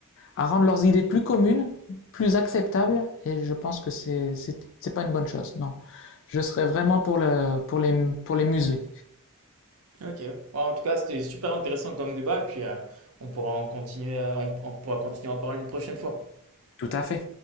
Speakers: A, on the left; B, on the right.
A: à rendre leurs idées plus communes, plus acceptables, et je pense que c'est, c'est, pas une bonne chose, non. Je serais vraiment pour le, pour les, pour les museler.
B: Ok. Ouais, en tout cas, c'était super intéressant comme débat, et puis euh, on pourra en continuer, à- on, on pourra continuer à en parler une prochaine fois.
A: Tout à fait.